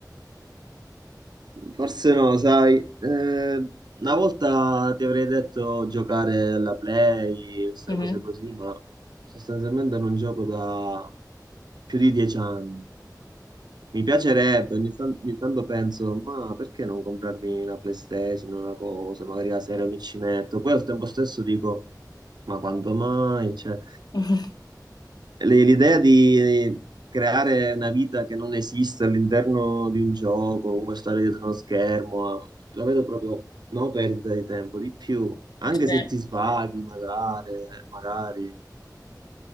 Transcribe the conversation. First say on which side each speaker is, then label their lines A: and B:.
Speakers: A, on the right; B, on the left.
A: forse no, sai, Eh, una volta ti avrei detto giocare alla Play, queste
B: Mhm.
A: cose così, ma sostanzialmente non gioco da più di dieci anni. Mi piacerebbe, ogni, tan- ogni tanto penso, ma perché non comprarmi una PlayStation, una cosa, magari la sera mi ci metto. Poi al tempo stesso dico, ma quando mai? Cioè,
B: <laughs>
A: le- l'idea di creare una vita che non esiste all'interno di un gioco, comunque stare dietro uno schermo, la vedo proprio no perdita di tempo, di più, anche
B: Sì.
A: se ti svaghi magari, magari,